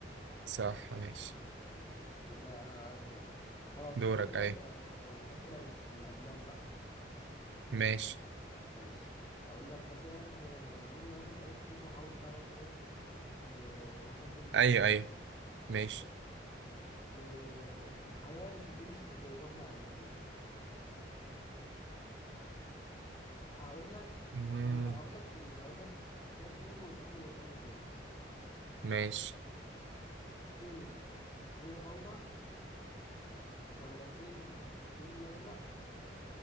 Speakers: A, on the right; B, on the left.
A: صح ماشي
B: ماشي كده انا على قد اهو خلاص تيجي
A: دورك
B: اسالك
A: اي
B: آه، أس- يعني اسئله بس في الافلام بقى
A: ماشي
B: ماشي هقول لك مثلا آه، جمله مثلا اتقالت في فيلم وحاول تعرف ايه آه، هو كان فيلم ايه
A: ايوه ايوه ماشي
B: آه، الحياه مش هتمشي زي ما احنا عايزين هقول لك
A: مم،
B: هي هقول لك في ال- هقول لك كام فيلم وتقول لي هي في انهي فيلم
A: ماشي
B: فيلم هي فوضى ولا فيلم الفيل الازرق